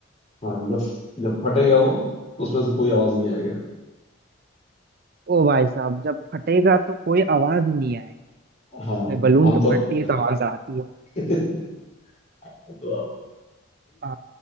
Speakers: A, on the left; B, on the right.
A: हाँ जब जब फटेगा वो तो उसमें से कोई आवाज नहीं आएगा
B: ओ भाई साहब जब फटेगा तो कोई आवाज ही नहीं आएगी
A: हाँ
B: भाई बलून
A: आमतौर
B: तो फटती है तो आवाज आती है
A: <laughs> तो आप
B: आ,